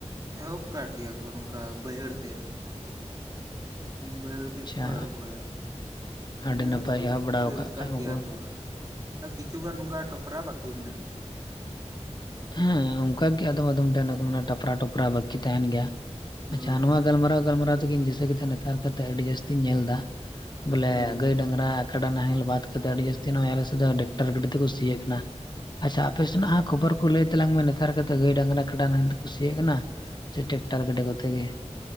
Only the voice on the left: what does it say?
ᱟᱪᱪᱷᱟ
ᱟᱹᱰᱤ ᱱᱟᱯᱟᱭ
ᱮᱦᱚᱵ ᱵᱟᱲᱟᱣ
ᱠᱷᱟᱱ ᱢᱟᱠᱚ
ᱦᱮᱸ ᱚᱱᱠᱟ ᱜᱮ ᱟᱫᱚᱢ ᱟᱫᱚᱢ ᱴᱷᱮᱱ ᱴᱮᱯᱨᱟ ᱴᱚᱯᱨᱟ ᱵᱟᱹᱠᱤ ᱛᱟᱦᱮᱱ ᱜᱮᱭᱟ᱾
ᱟᱪᱪᱷᱟ ᱱᱚᱣᱟ
ᱜᱟᱞᱢᱟᱨᱟᱣ ᱜᱟᱞᱢᱟᱨᱟᱣ ᱛᱮᱜᱤᱧ ᱫᱤᱥᱟᱹ ᱠᱮᱫᱟ ᱱᱮᱛᱟᱨ ᱠᱟᱛᱮ ᱟᱹᱰᱤ ᱡᱟᱹᱥᱛᱤᱧ ᱧᱮᱞ ᱮᱫᱟ ᱵᱚᱞᱮ
ᱜᱟᱹᱭ ᱰᱟᱝᱨᱟ ᱠᱟᱰᱟ ᱱᱟᱦᱮᱞ ᱵᱟᱫ ᱠᱟᱛᱮ ᱡᱟᱹᱛᱤ ᱱᱚᱜᱚᱭ ᱟᱞᱮ ᱥᱮᱫ ᱫᱚ ᱰᱟᱠᱴᱟᱨ ᱜᱟᱹᱰᱤᱡ ᱛᱮᱠᱚ ᱥᱤᱭᱮᱫ ᱠᱟᱱᱟ ᱟᱪᱪᱷᱟ ᱟᱯᱮ ᱥᱮᱱᱟᱜ ᱠᱷᱚᱵᱚᱨ ᱦᱚᱸ ᱞᱟᱹᱭ ᱛᱟᱞᱟᱝ ᱢᱮ ᱱᱮᱛᱟᱨ ᱠᱟᱛᱮ ᱫᱚ ᱜᱟᱹᱭ ᱰᱟᱝᱨᱟ ᱠᱟᱰᱟ ᱱᱟᱦᱮᱞ ᱛᱮᱠᱚ ᱥᱤᱭᱚᱜ ᱠᱟᱱᱟ ᱥᱮ ᱴᱮᱠᱴᱟᱨ ᱜᱟᱰᱤ ᱠᱚᱛᱮ ᱜᱮ